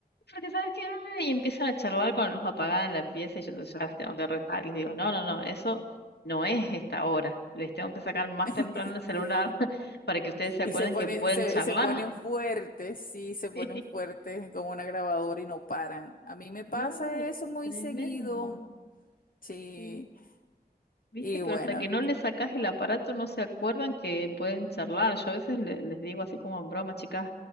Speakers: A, on the left; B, on the left.
A: porque sabes qué, no, no?", y empiezan a charlar con la luz apagada en la pieza y yo entonces las tengo que retar. Les digo, no, no, no, eso no es esta hora. Les tengo que sacar más
B: <laughs>
A: temprano el celular <laughs> para que ustedes se acuerden
B: Y se ponen,
A: que pueden
B: se,
A: charlar.
B: se ponen fuertes, sí, se ponen
A: <laughs>
B: fuertes como una grabadora y no paran. A mí me pasa
A: No,
B: eso muy
A: tremendo.
B: seguido, sí.
A: Sí. ¿Viste?
B: Y
A: Pero
B: bueno,
A: hasta que no le sacas el aparato no se acuerdan que pueden charlar. Yo a veces le- les digo así como en broma, chicas,